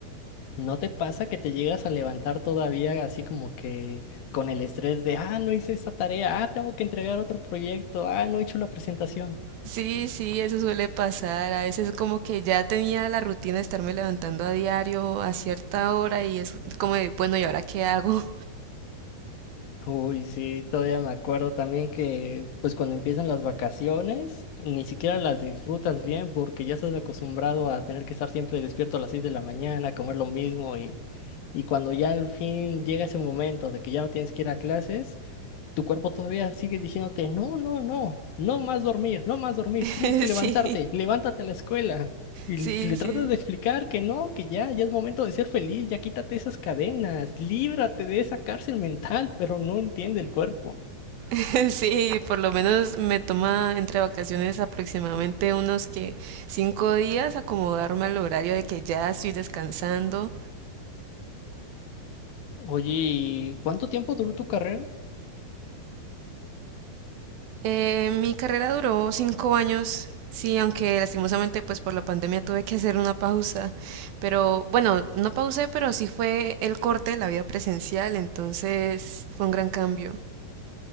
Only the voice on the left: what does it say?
¿No te pasa que te llegas a levantar todavía así como que con el estrés de, ah, no hice esta tarea, ah, tengo que entregar otro proyecto, ah, no he hecho la presentación?
Uy, sí, todavía me acuerdo también que pues cuando empiezan las vacaciones, ni siquiera las disfrutas bien porque ya estás acostumbrado a tener que estar siempre despierto a las 6 de la mañana, comer lo mismo y, y cuando ya al fin llega ese momento de que ya no tienes que ir a clases. tu cuerpo todavía sigue diciéndote, no, no, no, no más dormir, no más dormir,
tienes que levantarte,
levántate a la escuela. Y
le
tratas de explicar que no, que ya, ya es momento de ser feliz, ya quítate esas cadenas, líbrate de esa cárcel mental, pero no entiende el cuerpo.
Oye, ¿y cuánto tiempo duró tu carrera?